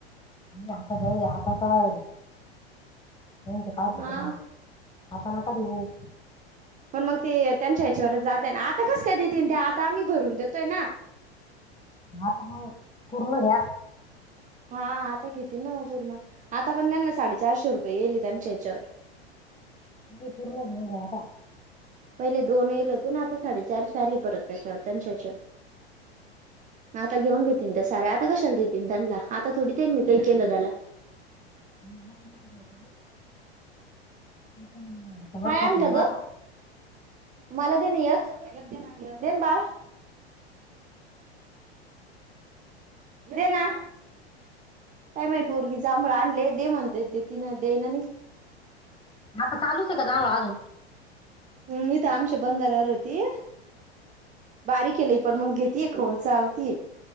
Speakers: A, on the left; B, on the right.
A: नाही आता जाऊया आता काय, ते काढ ते
B: हा
A: करून घे. आता नका देऊ.
B: पण मग ते त्यांच्या हेच्यावरच जातय ना, आता कस काय देतीलन ते आता आम्ही भरून देतोय ना.
A: आता मग पूर्ण घ्या.
B: हा आता घेतील ना पूर्ण, आता पण त्यांना साडेचारशे रुपये येईल त्यांच्या हेच्यावर.
A: नै पुर्ण हो आता.
B: पहिले दोन येलो होतो ना, आता साडेचारशे आले परत त्याच्या येण्यावर. आता घेवून घेतील ते साऱ्यात. आता कशाला देतील त्यांना, आता थोडी देन मी काही केलं त्याला.
A: <unintelligible>
B: काय आणल
A: ना
B: गं.
A: आता
B: मला देन एक, देन बाळ. देना. काय माय पोरगी जांभळ आणले, दे म्हणते तिन देई ना ती.
A: आता चालूच आहे का, जांवळ अजून.
B: हं इथं आमच्या बंदार वर होती. बारी केली पण मग घेते खाऊन चावती